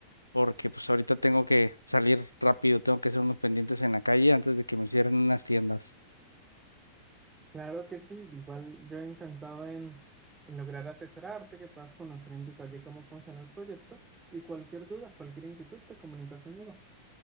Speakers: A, on the left (about 85°); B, on the right (about 15°).
A: porque pues ahorita tengo que salir rápido, tengo que hacer unos pendientes en la calle antes de que me cierren unas tiendas.
B: Claro que sí, igual yo encantado en, en lograr asesorarte, que puedas conocer en detalle cómo funciona el proyecto y cualquier duda, cualquier inquietud, te comunicas conmigo.